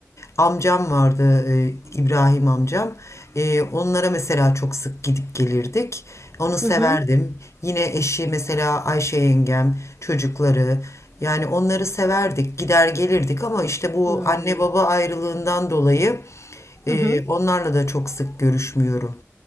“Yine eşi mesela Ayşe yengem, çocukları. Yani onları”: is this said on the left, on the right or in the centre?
Left